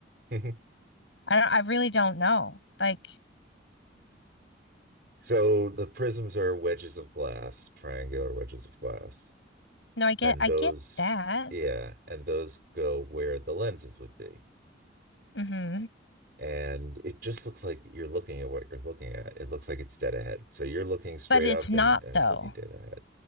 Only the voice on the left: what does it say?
I don't, I really don't know. Like,
no, I get,
I
get that.
hmm
But it's
not
though.